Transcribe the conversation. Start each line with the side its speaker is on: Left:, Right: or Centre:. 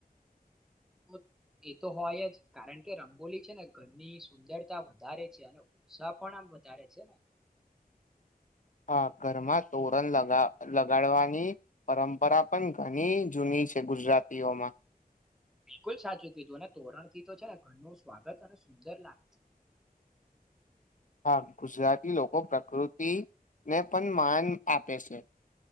Centre: <inaudible> એ તો હોય જ કારણ કે રંગોલી છે ને ઘરની સુંદરતા વધારે છે અને ઉત્સાહ પણ આમ વધારે છે ને
Left: <inaudible> હા ઘરમાં તોરણ લગા લગાડવાની પરંપરા પણ ઘણી જૂની છે ગુજરાતીઓમાં
Centre: બિલકુલ સાચું કીધું અને તોરણથી તો છે ઘરનું સ્વાગત અને સુંદર લાગ
Left: હા ગુજરાતી લોકો પ્રકૃતિ ને પણ માન આપે છે